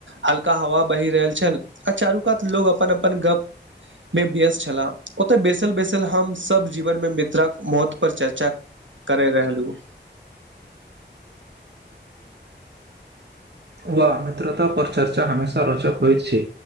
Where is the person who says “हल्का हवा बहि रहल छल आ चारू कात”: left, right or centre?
Right